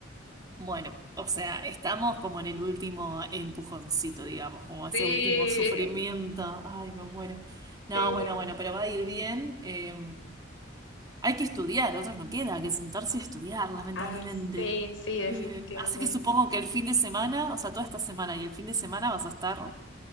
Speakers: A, on the right; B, on the left.
A: Bueno, o sea, estamos como en el último empujoncito, digamos, como ese
B: Sí,
A: último sufrimiento. Ay, me muero. No,
B: sí.
A: bueno, bueno, pero va a ir bien. Eh, hay que estudiar, otros no queda que sentarse a estudiar, lamentablemente.
B: Ay, sí, sí, definitivamente,
A: Eh, así que supongo que el fin de semana, o sea, toda esta semana y el fin de semana vas a estar